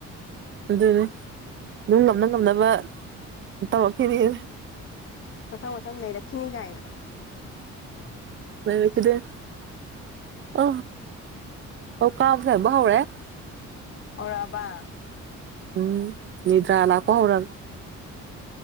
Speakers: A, on the right; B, on the left.
A: ꯑꯗꯨꯅꯤ ꯑꯗꯨꯝ ꯉꯝꯅ ꯉꯝꯅꯕ ꯇꯧꯔꯛꯈꯤꯔ
B: ꯃꯊꯪ ꯃꯊꯪ ꯅꯩꯔꯛꯈꯤꯅꯤ ꯀꯥꯏꯅ
A: ꯅꯩꯔꯛꯈꯤꯗꯣꯏ ꯑ ꯑꯣ ꯀꯥꯡꯁꯦ ꯑꯃꯨꯛ ꯍꯧꯔꯛꯏ
B: ꯍꯧꯔꯛꯑꯕ
A: ꯎꯝ ꯅꯨꯗ꯭ꯔꯥ ꯂꯥꯛꯄ ꯍꯧꯔ